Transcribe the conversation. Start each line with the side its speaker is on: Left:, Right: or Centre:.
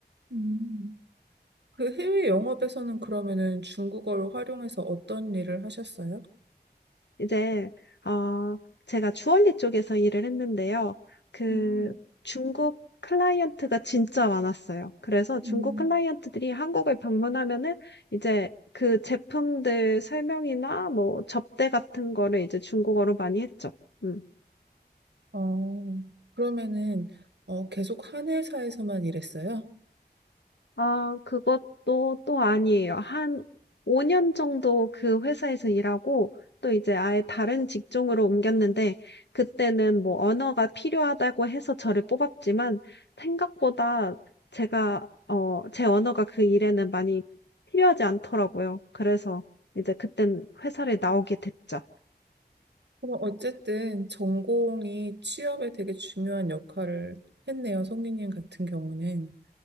Right: 음, 그 해외 영업에서는 그러면은 중국어를 활용해서 어떤 일을 하셨어요?
Left: 이제 어 제가 주얼리 쪽에서 일을 했는데요. 그
Right: 음,
Left: 중국 클라이언트가 진짜 많았어요. 그래서 중국
Right: 음,
Left: 클라이언트들이 한국을 방문하면은 이제 그 제품들 설명이나 뭐 접대 같은 거를 이제 중국어로 많이 했죠. 음.
Right: 어, 그러면은 어, 계속 한 회사에서만 일했어요?
Left: 아, 그것도 또 아니에요. 한 5년 정도 그 회사에서 일하고 또 이제 아예 다른 직종으로 옮겼는데 그때는 뭐 언어가 필요하다고 해서 저를 뽑았지만 생각보다 제가 어, 제 언어가 그 일에는 많이 필요하지 않더라고요. 그래서 이제 그땐 회사를 나오게 됐죠.
Right: 그럼 어쨌든 전공이 취업에 되게 중요한 역할을 했네요. 성기님 같은 경우는.